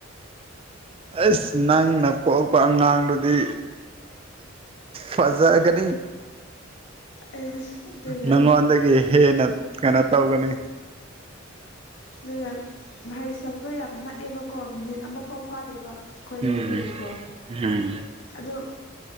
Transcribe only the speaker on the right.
ꯑꯁ ꯅꯪꯅ ꯄꯣꯛꯄ ꯑꯉꯥꯡꯗꯨꯗꯤ ꯐꯖꯥꯒꯅꯤ
ꯅꯪꯉꯣꯟꯗꯒꯤ ꯍꯦꯟꯅ ꯀꯩꯅꯣ ꯇꯧꯒꯅꯤ
ꯎꯝ
ꯎꯝ